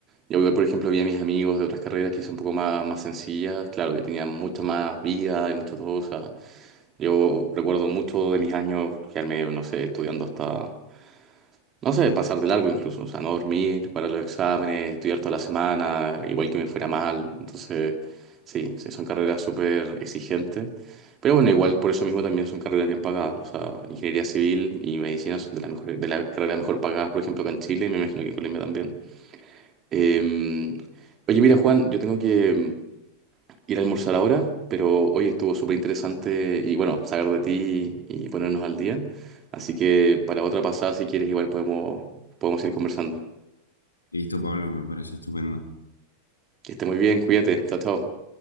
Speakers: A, on the right (about 30°); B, on the left (about 75°).
A: yo, por ejemplo, vi a mis amigos de otras carreras que son un poco más, más sencillas, claro, que tenían mucha más vida y mucho todo. O sea, yo recuerdo mucho de mis años quedarme, no sé, estudiando hasta no sé, pasar de largo incluso, o sea, no dormir para los exámenes, estudiar toda la semana, igual que me fuera mal. Entonces, sí, sí, son carreras súper exigentes. Pero bueno, igual por eso mismo también son carreras bien pagadas. O sea, ingeniería civil y medicina son de las mejores, de las carreras mejor pagadas, por ejemplo, acá en Chile y me imagino que en Colombia también. Eh, oye, mira, Juan, yo tengo que, ir a almorzar ahora, pero hoy estuvo súper interesante y bueno, saber de ti y ponernos al día. Así que para otra pasada, si quieres, igual podemos, podemos ir conversando.
B: Listo, Pablo, me parece estupendo.
A: Que esté muy bien, cuídate, chao, chao.